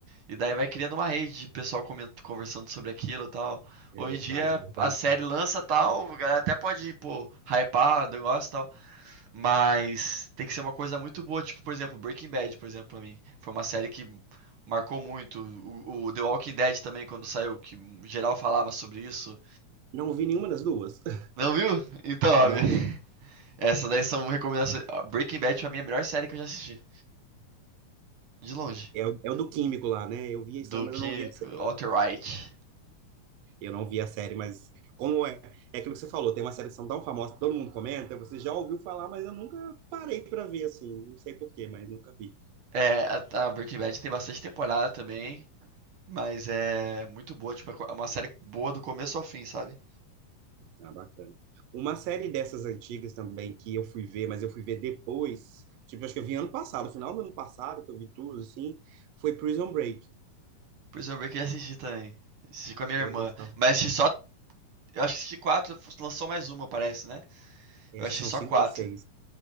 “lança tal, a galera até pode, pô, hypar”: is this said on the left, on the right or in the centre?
Right